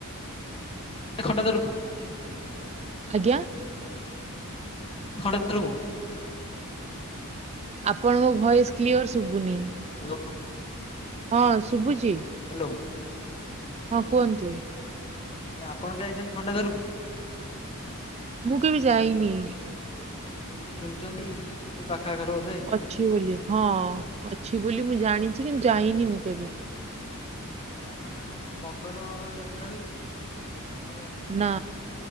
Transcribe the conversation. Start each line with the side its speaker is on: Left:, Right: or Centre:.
Left: ଖଟା ତରକୁ <unintelligible>
Right: ଆଜ୍ଞା।
Left: ଖଣ୍ଡରକୁ <unintelligible>
Right: ଆପଣଙ୍କ ଭଏସ କ୍ଲିଅର ଶୁଭୁନି।
Left: ହ୍ୟାଲୋ
Right: ହଁ ଶୁଭୁଛି?
Left: ହ୍ୟାଲୋ।
Right: ହଁ କୁହନ୍ତୁ।
Left: ଆଜ୍ଞା ଆପଣ ଯାଇଛନ୍ତି ଖଣ୍ଡାଧରକୁ?
Right: ମୁଁ କେବେ ଯାଇନି।
Left: କିନ୍ତୁ ଶୁଣିଛନ୍ତି ସେଇ ପାଖା କାର ବୋଧେ।
Right: ଅଛି ବୋଲି ହଁ ଅଛି ବୋଲି ମୁଁ ଜାଣିଛି କିନ୍ତୁ ଯାଇନି ମୁଁ କେବେ।
Left: ଆପଣ ଆଡ଼େ କଣ ମଗର ଯାତ୍ରା ହୁଏ କି ମକର ଯାତ୍ରା?
Right: ନା